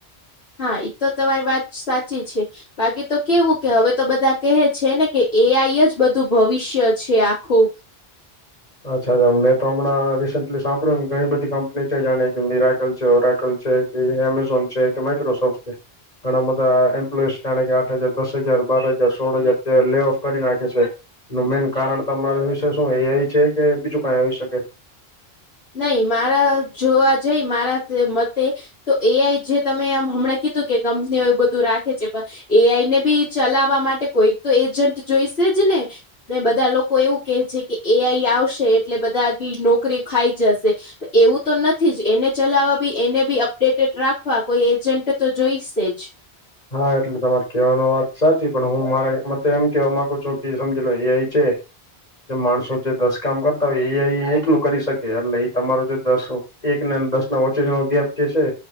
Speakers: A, on the left; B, on the left.
A: હા, એ તો તમારી વાત સાચી છે બાકી તો કેવું કે હવે તો બધા કહે છે ને કે એ આઈ જ બધું ભવિષ્ય છે આખું.
B: અચ્છા, મેં તો હમણાં રિસેન્ટલી સાંભળ્યું ઘણી બધી કંપની છે જાણે કે મિરાયકલ છે, ઓરાકલ છે. એ એમેઝોન છે કે માઇક્રોસોફ્ટ છે. ઘણાં બધાં એમ્પ્લોઈસ જાણે કે આઠ હજાર, દસ હજાર, બાર હજાર, સોળ હજાર તે લે ઓફ કરી નાખે છે. નું મેન કારણ તમારા વિશે શું એઆઈ છે કે બીજું કઈ આવી શકે?
A: નઈ મારા જોવા જઈ મારા મતે તો એઆઈ જે તમે આમ હમણાં કીધું કે કંપનીઓ એ બધું રાખે છે પ એઆઈ ને બી ચલાવવા માટે કોઈક તો એજન્ટ જોઈશે જ ને. ને બધા લોકો એવું કે છે કે એઆઈ આવશે એટલે બધાંની નોકરી ખાઈ જશે. એવું તો નથી જ એને ચલાવવા બી એને બી અપડેટેડ રાખવા કોઈ એજન્ટ તો જોઈશે જ.
B: હા, એટલે તમારે કેવાનું વાત સાચી પણ હું મારે મતે એમ કેવા માંગુ છું કે સમજી લો એઆઈ છે. જે માણસો જે દસ કામ કરતા હોય એઆઈ એકલું કરી શકે એટલે ઈ તમારો જે દસ હો એક દસ ના વચ્ચેનો ગેપ જે છે